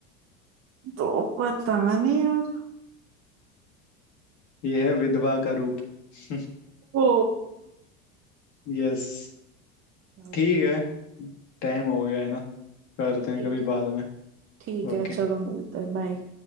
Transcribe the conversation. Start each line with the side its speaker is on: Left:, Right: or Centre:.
Right: तो पता नहीं यार
Left: ये है विधवा का रूप <laughs>
Right: ओ
Left: यस
Right: सही
Left: ठीक
Right: है
Left: है टाइम हो गया है ना करते हैं
Right: ठीक
Left: कभी
Right: है
Left: बाद में
Right: ठीक
Left: ओके
Right: है चलो मिलते हैं बाय